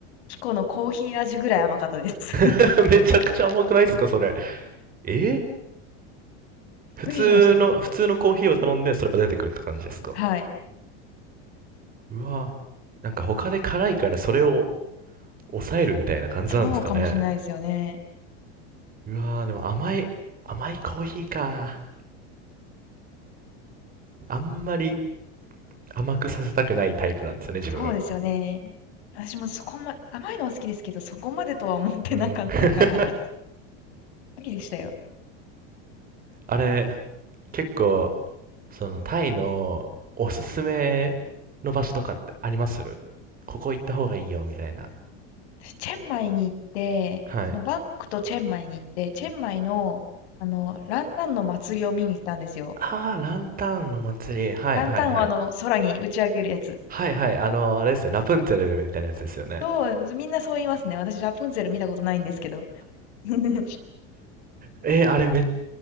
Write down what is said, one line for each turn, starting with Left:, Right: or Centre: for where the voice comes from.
Left: キコのコーヒー味ぐらい甘かったです。<laughs>
Right: <laughs> めちゃくちゃ甘くないですか、それ。えー普通の、
Left: びっくりしましたよ。
Right: 普通のコーヒーを頼んで、それが出てくるって感じですか。
Left: はい。
Right: うわぁなんか他で辛いからそれを抑えるみたいな感じなんですかね。
Left: そうかもしれないですよね。
Right: うわぁでも甘い、甘いコーヒーか。あんまり甘くさせたくないタイプなんですよね、自分。
Left: そうですよね。私もそこま、甘いのは好きですけど、そこまでとは思ってなかったから、
Right: うん。<laughs>
Left: びっくりでしたよ。
Right: あれ、結構、その、タイのおすすめの場所とかってありますここ行った方がいいよ、みたいな。
Left: 私、チェンマイに行って、
Right: はい。
Left: そのバンコクとチェンマイに行って、チェンマイの、あの、ランタンの祭りを見に行ったんですよ。
Right: ああ、ランタンの祭り。はいはいはい。
Left: ランタンをあの、空に打ち上げるやつ。
Right: はいはい、あの、あれですね、ラプンツェルみたいなやつですよね。
Left: そう、みんなそう言いますね。私、ラプンツェル見たことないんですけど。<laughs>
Right: えー、あれめっ